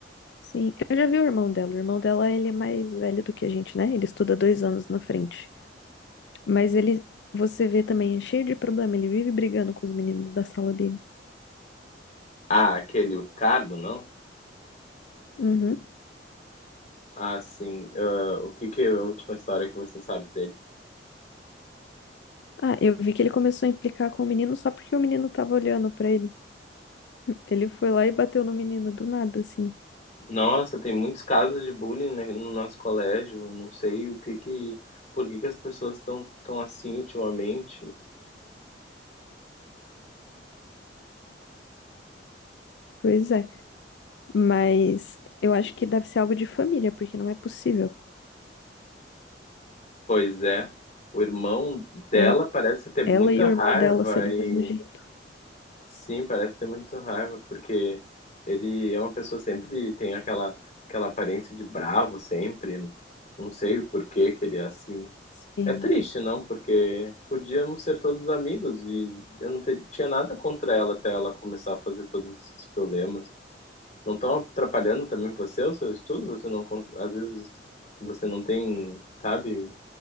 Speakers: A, on the left (about 70°); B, on the left (about 45°).
A: Sim, eu já vi o irmão dela. O irmão dela, ele é mais velho do que a gente, né? Ele estuda dois anos na frente. Mas ele, você vê também, é cheio de problema. Ele vive brigando com os meninos da sala dele.
B: Ah, aquele, o Ricardo, não?
A: Uhum.
B: Ah, sim. Ah, o que que é a última história que você sabe dele?
A: Ah, eu vi que ele começou a implicar com o menino só porque o menino tava olhando pra ele. Ele foi lá e bateu no menino do nada, assim.
B: Nossa, tem muitos casos de bullying, né, no nosso colégio. Não sei o que que, por que que as pessoas estão tão tão assim ultimamente.
A: Pois é. Mas eu acho que deve ser algo de família, porque não é possível.
B: Pois é. O irmão dela
A: Ela,
B: parece ter
A: ela
B: muita
A: e o
B: raiva
A: irmão dela ser do
B: e
A: mesmo jeito.
B: sim, parece ter muita raiva porque ele é uma pessoa sempre tem aquela aquela aparência de bravo sempre. Não sei o porquê que ele é assim.
A: Sim.
B: É triste, não, porque podíamos ser todos amigos e eu não te- tinha nada contra ela até ela começar a fazer todos esses problemas. Não estão atrapalhando também você, o seu estudo? Você não, cons- às vezes você não tem, sabe?